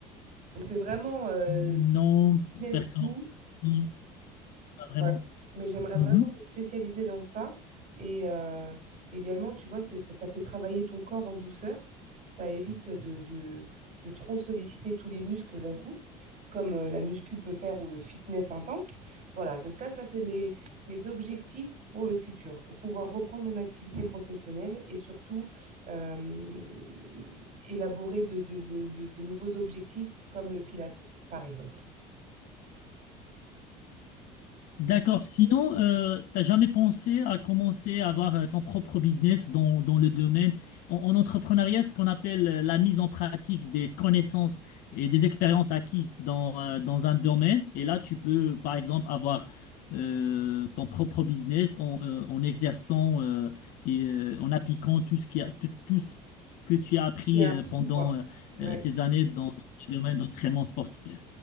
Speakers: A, on the right; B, on the left.
A: Donc, c'est vraiment euh,
B: Non,
A: du fitness
B: personne.
A: doux
B: Non, pas vraiment.
A: Ouais. Mais j'aimerais
B: Mhm.
A: vraiment me spécialiser dans ça. Et euh, également, tu vois, c'est- ça, ça fait travailler ton corps en douceur. Ça évite de, de, de trop solliciter tous les muscles d'un coup, comme euh, la muscu peut faire ou le fitness intense. Voilà, donc là, ça, c'est mes, mes objectifs pour le futur. Pouvoir reprendre mon activité professionnelle et surtout euh, élaborer de, de, de, de, de nouveaux objectifs comme le pilates par exemple.
B: D'accord. Sinon, euh, t'as jamais pensé à commencer à avoir euh, ton propre business dans, dans le domaine en, en entrepreneuriat, ce qu'on appelle euh, la mise en pratique des connaissances et des expériences acquises dans, euh, dans un domaine. Et là, tu peux, par exemple, avoir euh, ton propre business en, euh, en exerçant euh, et euh, en appliquant tout ce qui a, tout, tout ce que tu as appris
A: J'ai appris,
B: euh, pendant
A: quoi.
B: euh,
A: Ouais.
B: euh, ces années dans le domaine d'entraînement sportif.